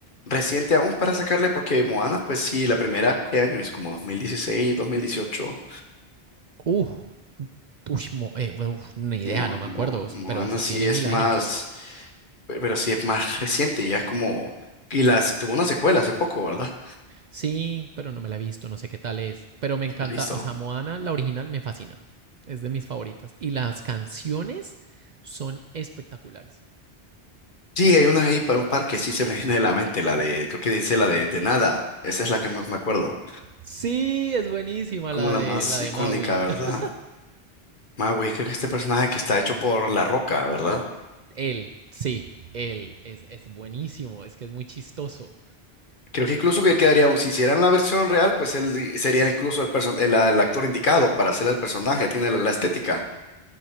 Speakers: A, on the left; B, on the right.
A: reciente aún para sacarle? Porque Moana, pues sí, la primera, ¿qué año es? Como 2016, 2018.
B: Uf, uy, mo- eh, uf, ni idea,
A: Mo-
B: no me
A: Mo-
B: acuerdo,
A: Moana
B: pero eso
A: sí
B: tiene
A: es
B: mil años.
A: más, pe- pero sí es más reciente, ya es como... Y las, tuvo una secuela hace poco, ¿verdad?
B: Sí, pero no me la he visto, no sé qué tal es. Pero me encanta,
A: Listo.
B: o sea, Moana, la original, me fascina. Es de mis favoritas. Y las canciones son espectaculares.
A: Sí, hay una ahí para un par que sí se me <laughs> viene de la mente, la de, creo que dice la de, de nada. Esa es la que más me acuerdo.
B: Sí, es buenísima
A: Como
B: la
A: la
B: de,
A: más
B: la de
A: icónica,
B: Maui.
A: ¿verdad?
B: <laughs>
A: Maui, creo que este personaje que está hecho por La Roca, ¿verdad?
B: Él, sí, él, es, es buenísimo, es que es muy chistoso.
A: Creo que incluso que quedaría, si hicieran la versión real, pues él di- sería incluso el, perso- el, el actor indicado para hacer el personaje, tiene la, la estética,